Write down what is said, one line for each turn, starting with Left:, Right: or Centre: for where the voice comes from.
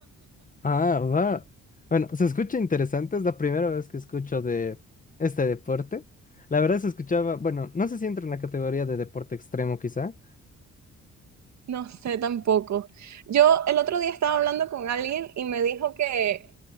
Left: Ah, va. Bueno, se escucha interesante, es la primera vez que escucho de este deporte. La verdad se escuchaba, bueno, no sé si entra en la categoría de deporte extremo quizá.
Right: No sé tampoco. Yo el otro día estaba hablando con alguien y me dijo que